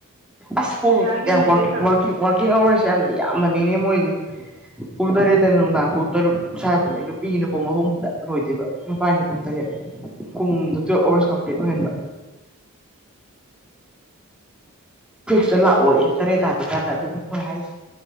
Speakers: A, in the centre; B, on the right.
A: ꯑꯁ ꯄꯨꯡ
B: ꯌꯥꯏ ꯀꯩꯅꯣꯗꯤ
A: ꯌꯥꯝ ꯋꯥꫪꯀꯤꯡ
B: ꯐꯔ
A: ꯋꯥꫪꯀꯤꯡ ꯑꯋꯥꫪꯁꯦ ꯌꯥꯝꯗꯤ ꯌꯥꯝꯕꯅꯤꯅꯦ ꯃꯣꯏꯗꯤ ꯄꯨꯡ ꯇꯔꯦꯠꯇꯩꯅ ꯅꯨꯡꯗꯥꯡ ꯄꯨꯡ ꯇꯔꯨꯛ ꯁ꯭ꯋꯥꯏꯐꯨꯛꯅꯦ ꯅꯨꯄꯤꯒꯤꯅ ꯄꯨꯡ ꯑꯍꯨꯝꯗ ꯂꯣꯏꯗꯣꯏꯕ ꯅꯨꯄꯥꯏꯅ ꯄꯨꯡ ꯇꯔꯦꯠ ꯄꯨꯡꯗꫭ ꯇ꯭ꯨꯋꯦꯚ ꯑꯥꯋꯥꫪꯁ ꯀꯝꯄ꯭ꯂꯤꯠ ꯑꫭꯏꯍꯟꯕ ꯇ ꯂꯥꯛꯑꯣ ꯌꯦ ꯇꯔꯦ ꯇꯥꯗ꯭ꯔꯤ ꯀꯥꯟꯗ ꯑꯗꯨꯅꯤ ꯃꯣꯏ ꯍꯥꯏꯁꯦ